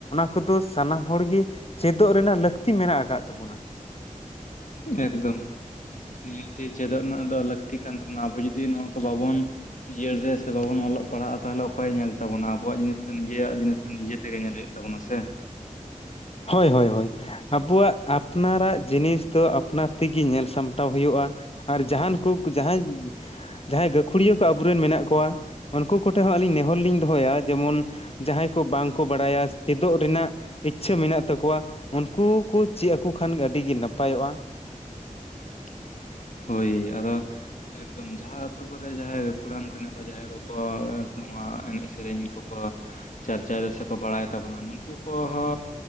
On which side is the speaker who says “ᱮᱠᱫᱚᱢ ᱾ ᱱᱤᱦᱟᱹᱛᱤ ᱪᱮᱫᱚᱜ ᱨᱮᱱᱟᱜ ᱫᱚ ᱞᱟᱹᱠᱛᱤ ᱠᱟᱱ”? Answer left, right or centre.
Left